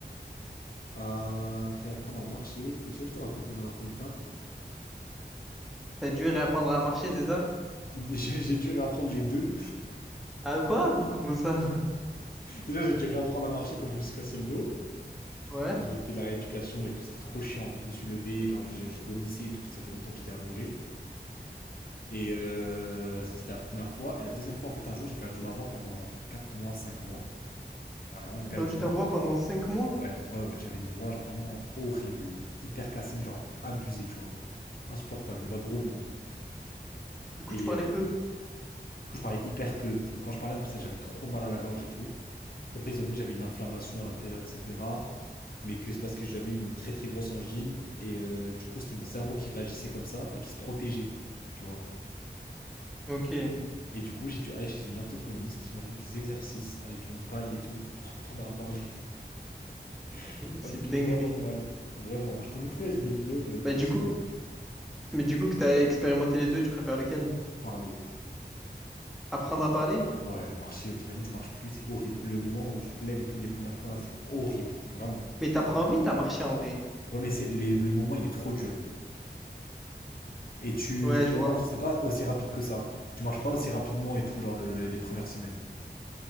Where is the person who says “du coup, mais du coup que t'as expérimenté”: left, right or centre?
Centre